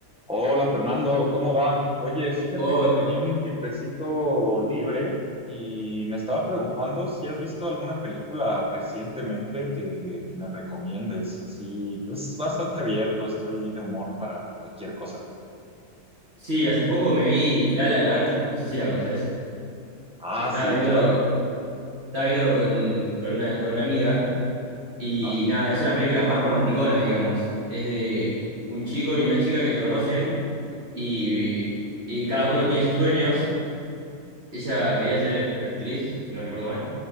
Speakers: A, in the centre; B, on the right.
A: Hola Fernando, ¿cómo va? Oye, fíjate
B: O,
A: que tenía un tiempecito libre y me estaba preguntando si has visto alguna película recientemente que, que me recomiendes. Así, pues bastante abierto, estoy de humor para cualquier cosa.
B: sí, hace poco me vi La La Land, no sé si la conoces.
A: Ah,
B: Estaba
A: sí,
B: viéndolo,
A: claro.
B: estaba viéndolo con, con una, con una amiga y
A: Ajá.
B: nada, es una película más romanticona, digamos. Es de un chico y una chica que se conocen y,
A: Ujú.
B: y cada uno tiene sus sueños. Ella quería ser actriz, si no recuerdo mal,